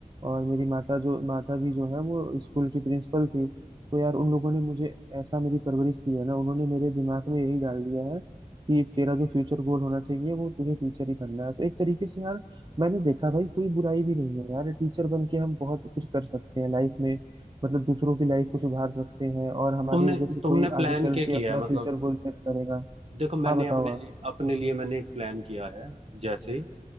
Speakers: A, on the right; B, on the right.
A: और मेरी माता जो माता जी जो है वो स्कूल की प्रिंसिपल थी तो यार उन लोगों ने मुझे ऐसा मेरी परवरिश की है ना उन्होंने मेरे दिमाग में यही डाल दिया है कि तेरा जो फ्यूचर गोल होना चाहिए वो तुझे टीचर ही बनना है तो एक तरीके से यार मैंने देखा भाई कोई बुराई भी नहीं है यार टीचर बन के हम बहुत कुछ कर सकते हैं लाइफ में मतलब दूसरों की लाइफ को सुधार सकते हैं और हमारी
B: तुमने
A: वजह से कोई
B: तुमने प्लान
A: आगे चल
B: क्या
A: के
B: किया
A: अपना
B: है मतलब
A: फ्यूचर गोल सेट करेगा
B: देखो मैंने
A: हाँ बताओ
B: अपने
A: आप
B: लिए अपने लिए मैंने एक प्लान किया है जैसे